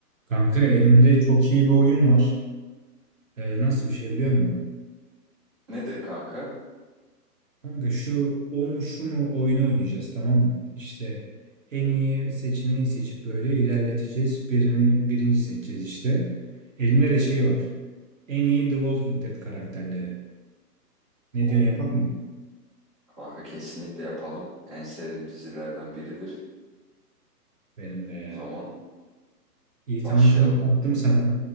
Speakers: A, on the right; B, on the right.
A: Kanka elimde çok iyi bir oyun var. Ee, nasıl bir şey biliyor musun?
B: Nedir kanka?
A: Kanka şu o mu şu mu oyunu oynayacağız tamam mı? İşte en iyi seçeneği seçip böyle ilerleteceğiz. Birini birinci seçeceğiz işte. Elimde de şey var. En iyi The Walking Dead karakterleri. Ne
B: O
A: diyorsun yapak mı?
B: kanka kesinlikle yapalım. En sevdiğim dizilerden biridir.
A: Benim de ya.
B: O zaman
A: İyi
B: başlayalım.
A: tamam link attım sana.